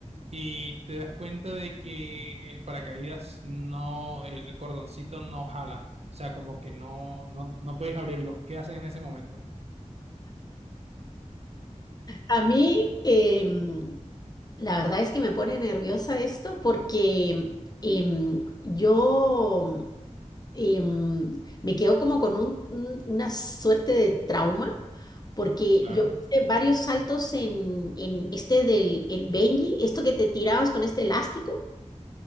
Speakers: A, on the right (about 55°); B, on the left (about 30°).
A: y te das cuenta de que el paracaídas no, el cordoncito no jala, o sea, como que no, no, no puedes abrirlo. ¿Qué haces en ese momento?
B: A mí, em, La verdad es que me pone nerviosa esto porque em, yo em, me quedo como con un- un- una suerte de trauma porque
A: Claro.
B: yo hice varios saltos en, en este del el Benji, esto que te tirabas con este elástico.